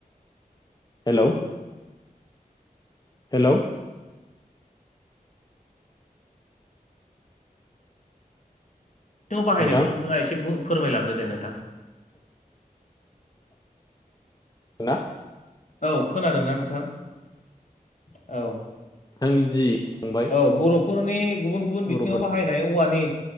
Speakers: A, on the left; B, on the left.
A: हेलौ। हेलौ।
B: सिङाव बाहायनायखौ
A: नोंथां
B: नोंथाङा एसे फोरमायलांदो दे नोंथां।
A: ना।
B: औ खोनादोंना नोंथां? औ।
A: आंनि जि फंबाय
B: औ बर'फोरनि गुबुन गुबुन बिथिङाव
A: बर'फोरनि
B: बाहायनाय औवानि